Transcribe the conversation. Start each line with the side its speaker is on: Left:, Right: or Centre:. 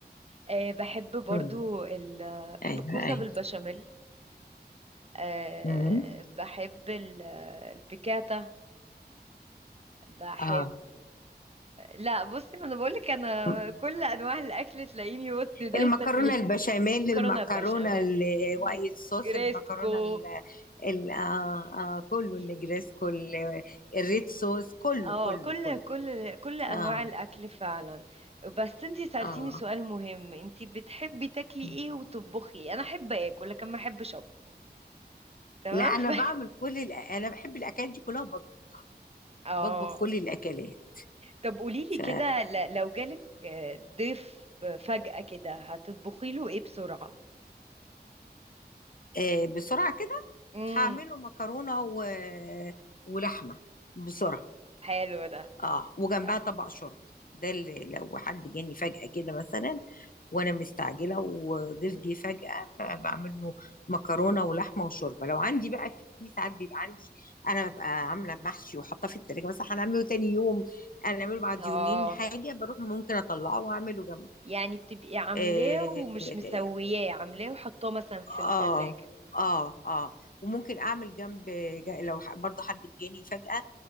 Right: آه، بحب برضو
Left: إمم.
Right: ال... بحب
Left: أيوه،
Right: الكوسة
Left: أيوه.
Right: بالبشاميل أه
Left: إمم.
Right: بحب ال- البيكاتا بحب
Left: آه.
Right: لا بصي ما انا بقولك انا
Left: إمم.
Right: كل انواع الاكل تلاقيني بصي دايسه
Left: المكرونة
Right: فيه
Left: البشاميل،
Right: مكرونه
Left: المكرونة
Right: بشاميل
Left: الwhite
Right: نجريسكو
Left: sauce، المكرونة ال ال آه، آه، كُلّه النجريسكو
Right: ي-
Left: ال الred sauce كُلّه،
Right: اه
Left: كُلّه،
Right: كل
Left: كُلّه.
Right: كل كل انواع
Left: آه،
Right: الاكل فعلا بس انتي سألتيني
Left: آه.
Right: سؤال مهم انتي بتحبي تاكلي
Left: إمم.
Right: ايه وتطبخي إيه؟ انا احب اكل لكن ما احبش اطبخ تمام
Left: لأ، أنا
Right: <laughs> ف...
Left: باعمل كل الأ أنا باحب الأكلات دي كلّها باطبخها،
Right: اه
Left: باطبخ كل الأكلات.
Right: طب قوليلي
Left: ف
Right: كده ل- لو جالك آه، ضيف فجأة كده هتطبخي له ايه بسرعة
Left: آه، بسرعة كده
Right: امم
Left: هعمله مكرونة و... ولحمة بسرعة
Right: ح- حلو ده
Left: اه وجنبها
Right: ح-
Left: طبق شوربة ده اللي لو حد جاني فجأة كده مثلا وانا مستعجلة وضيف جه فجأة فبعمل له
Right: مم.
Left: مكرونة ولحمة وشوربة لو عندي بقى في ساعات بيبقى عندي انا ببقى عاملة محشي وحاطاه في التلاجة بس هنعمله تاني يوم هنعمله بعد
Right: اه
Left: يومين حاجة بروح ممكن اطلعه واعمله
Right: يعني بتبقي عاملاه
Left: جنبه
Right: ومش مسوياه عاملاه وحطاه مثلا في التلاجة
Left: اه اه اه وممكن اعمل جنب ج- لو ح- برضه حد جاني فجأة